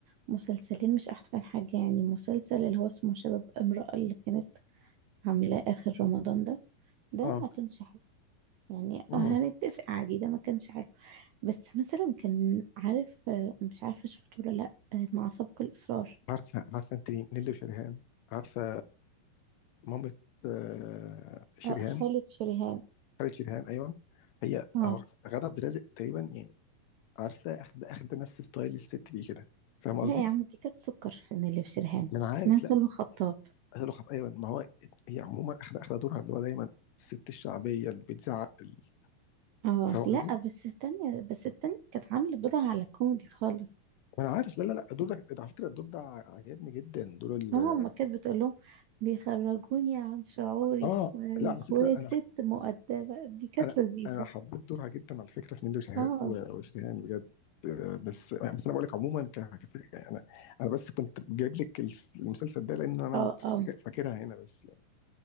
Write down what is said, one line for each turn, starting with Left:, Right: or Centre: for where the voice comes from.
Right: مسلسلين مش احسن حاجة يعني مسلسل اللي هو اسمه شباب امرأة اللي كانت عاملاه اخر رمضان ده ده
Left: اه
Right: ما كانش حلو يعني
Left: مم.
Right: آه هنتفق عادي ده ما كانش حلو بس مثلا كان عارف آه، مش عارفة شفته ولا لا آه، مع سبق الإصرار
Left: عارفه عارفه انت نيلي وشريهان عارفه مامة آه، شريهان
Right: اه خالد شريهان
Left: خالد شيريهان ايوه هي
Right: اه
Left: هو غادة عبد الرازق تقريبا يعني عارفه اخد اخد نفس ستايل الست دي كده فاهم قصدي؟
Right: لا يا عم دي كانت سكر في اللي في شريهان
Left: ما انا عارف
Right: اسمها سلوى
Left: لا
Right: خطاب
Left: قالوا خط ايوه ما هو هي عموما اخد اخد دورها اللي هو دايما الست الشعبيه اللي بتزعق ال-
Right: اه
Left: فاهم قصدي؟
Right: لا بس التانية بس التانية كانت عاملة دورها على كوميدي خالص
Left: ما انا عارف لا لا لا الدور ده على فكره الدور ده عجبني جدا دور ال
Right: اه ما كانت بتقول لهم بيخرجوني عن شعوري
Left: اه
Right: وانا من
Left: لا على
Right: جوايا
Left: فكره انا
Right: ست مؤدبة دي كانت
Left: انا
Right: لذيذة
Left: انا حبيت دورها جدا على فكره في نيلي وشه-
Right: اه
Left: وشريهان بجد آه، بس يعني بس انا بقول لك عموما ك... كفكره يعني انا انا بس كنت جايب لك الف- المسلسل ده لان انا
Right: اه اه
Left: فاك- فاكرها هنا بس يعني